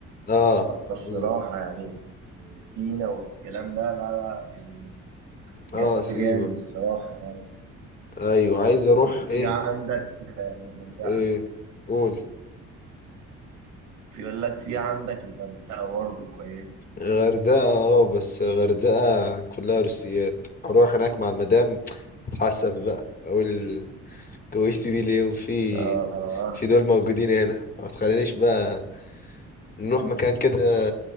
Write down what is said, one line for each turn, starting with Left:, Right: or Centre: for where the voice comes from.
Left: اه
Right: الصراحة
Left: ز-
Right: يعني سينا والكلام ده لا لا يعني
Left: اه
Right: جا-
Left: سيبك
Right: جامد الصراحة يعني
Left: ايوه عايز اروح
Right: وفي
Left: ايه
Right: عندك الغردقة
Left: ايه قول
Right: في يقول لك في عندك الغردقة برضه كويس
Left: غردقة اه بس غردقة كلها روسيات اروح هناك مع المدام اتحسف بقى اقول جوزتي دي ليه وفي
Right: آه
Left: في دول موجودين هنا ما تخلينيش بقى نروح مكان كده